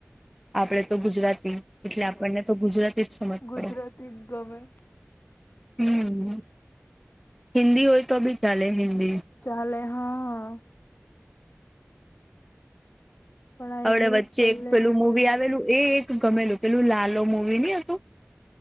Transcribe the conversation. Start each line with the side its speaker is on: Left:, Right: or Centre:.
Centre: આપડે તો ગુજરાતી એટલે આપણને તો ગુજરાતી જ સમજ
Left: ગુજરાતી
Centre: પડે.
Left: જ ગમે
Centre: હમ હિન્દી હોય તો બી ચાલે હિન્દી.
Left: ચાલે હા. પણ આ
Centre: અવડે
Left: ઇંગ્લિશ
Centre: વચ્ચે
Left: પલ્લે
Centre: એક પેલું
Left: નહી
Centre: મુવી
Left: પડે
Centre: આવેલું એ એક ગમેલું પેલું લાલો મુવી નહી હતું.